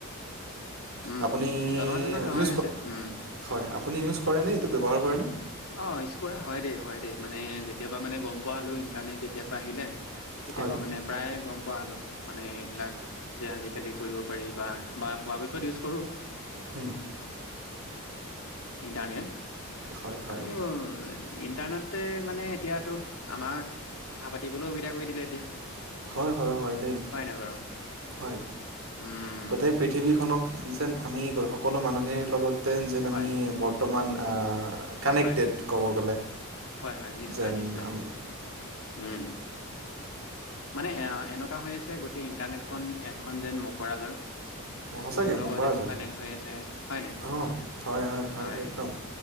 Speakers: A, on the left (about 80°); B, on the right (about 65°).
A: উম,
B: আপুনি
A: জনসাধাৰণৰ সহায়
B: ইউজ
A: হৈছে
B: ক
A: উম।
B: হয় আপুনি ইউজ কৰেনে এইটো ব্যৱহাৰ কৰেনে?
A: অ ইউজ কৰা হয় দেই হয় দেই মানে যেতিয়া পা মানে গম পোৱা হলো ইণ্টাৰনেট যেতিযা পৰা আহিলে তেতিয়াৰ
B: হয়
A: পা মানে প্ৰায় গম পোৱা হ'লো মানে এইবিলাক যে আজিকালি কৰিব পাৰি বা বা পৰাপক্ষত ইউজ কৰো।
B: হম!
A: ইণ্টাৰনেট
B: হয় হয়
A: আৰু ইণ্টাৰনেটে মানে এতিয়াতটো আমাৰ কথা পাতিবলৈ সুবিধা কৰি দিলে এতিয়া
B: হয় হয় হয় দেই
A: নাই বাৰু
B: হয়
A: উম
B: গোটেই পৃথিৱীখনক যেন আমি সকলো মানুহে লগত তেন যেন
A: হয়
B: আমি বৰ্তমান কানেক্টেড
A: হয়
B: ক'ব গ'লে।
A: হয় হয় নিশ্চয়
B: যেন
A: নিশ্চয়।
B: আমি
A: উম মানে এ এনেকুৱা হৈ আছে গোটেই ইণ্টাৰনেটখন এখন যেন মকৰা জাল
B: সঁচাকৈ
A: ইটোৰ লগত
B: মকৰা
A: ইটো
B: জাল
A: কানেক্ট হৈ আছে হয় ন
B: অঁ হয়
A: হয়
B: একদম